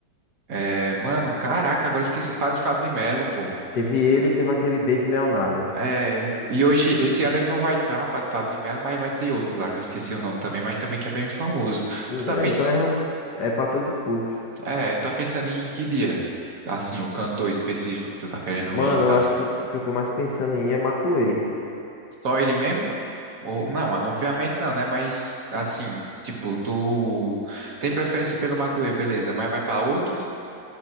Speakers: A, on the right; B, on the left.
A: É, mano, caraca, agora esqueci. Padre Fábio de Melo, pô.
B: Teve ele e teve aquele Dave Leonardo.
A: É. E hoje, esse ano ele não vai estar, Padre Fábio de Melo, mas vai ter outro lá, que eu esqueci o nome também, mas também que é bem famoso.
B: E, é,
A: Tu tá pensando.
B: então é, um- é para todos os públicos.
A: É, tá pensando em que dia? Assim, o cantor específico que tu tá querendo
B: Mano,
A: ir e tal.
B: eu acho que o que eu tô mais pensando em ir é Matuê.
A: Só ele mesmo? Ou, não, obviamente não, né? Mas assim, tipo, tu tem preferência pelo Matuê, beleza, mas vai pra outro?